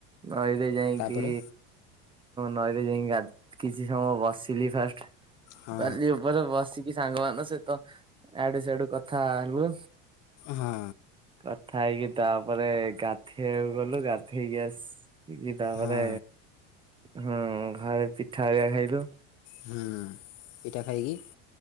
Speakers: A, on the right (about 15°); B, on the left (about 50°).
A: ନଈରେ ଯାଇଁକି
B: ତାପରେ
A: ନଈରେ ଯାଇଁକି ଗା କିଛି ସମୟ ବସିଲି ଫାଷ୍ଟ।
B: ହଁ
A: ବାଲି ଉପରେ ବସିକି ସାଙ୍ଗମାନଙ୍କ ସହିତ ଇଆଡୁ ସିଆଡୁ କଥା ହେଲୁ।
B: ହଁ।
A: କଥା ହେଇକି ତାପରେ ଗାଧେଇବାକୁ ଗଲୁ। ଗାଧେଇକି ଆସ୍ ତାପରେ
B: ହଁ
A: ହୁଁ ଘରେ ପିଠା ହେରିକା ଖାଇଲୁ।
B: ହୁଁ। ପିଠା ଖାଇକି,